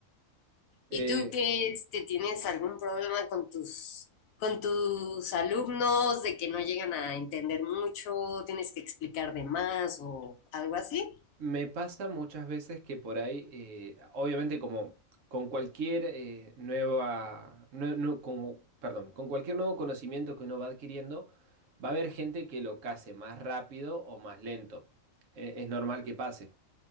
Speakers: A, on the right (about 70°); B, on the left (about 80°).
A: Eh,
B: ¿Y tú qué, este, tienes algún problema con tus, con tus alumnos de que no llegan a entender mucho, tienes que explicar de más o algo así?
A: me pasa muchas veces que por ahí, eh, obviamente como con cualquier eh, nueva, nue- nu- con, perdón, con cualquier nuevo conocimiento que uno va adquiriendo, va a haber gente que lo case más rápido o más lento. Eh, es normal que pase.